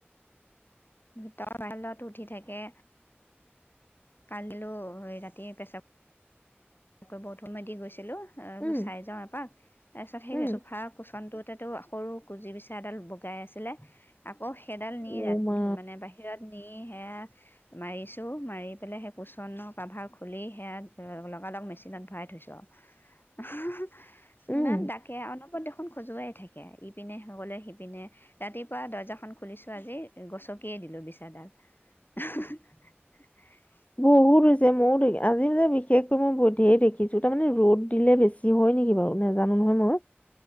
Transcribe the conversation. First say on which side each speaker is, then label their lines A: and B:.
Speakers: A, on the left (about 55°); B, on the left (about 35°).
A: ভিতৰ <unintelligible> উঠি থাকে কালিলো ৰাতি পেছাব তকৈ বহুত সময় দি গৈছিলো
B: উম,
A: এই <inaudible> চাই যাওঁ এপাক তাৰপিছত সেই
B: উম,
A: চোফা কুচনটোত তো সৰু কুঁজি বিচা এডাল বগাই আছিলে আকৌ সেইডাল নি
B: অ',
A: ৰা
B: মা
A: মানে বাহিৰত নি সেয়া মাৰিছোঁ মাৰি পেলাই সেই কুচ্বনৰৰ কাভাৰ খুলি সেয়া আলক মেচিনত ভৰাই থৈছো <unintelligible>
B: উম।
A: ইমান ডাকে অনবত দেখ খন খজুৱাই থাকে ইপিনে সকললে সিপিনে ৰাতিপুৱা দৰ্জাখন খুলিছো আজি গছকিয়ে দিলো বিছাডাল <unintelligible>
B: বহুত হৈছে মইও দেখি আজি বিশেষকৈ মই বধে দেখিছো তাৰমানানে ৰ'দ দিলে বেছি হয় নেকি বাৰু নেজানো নহয় মই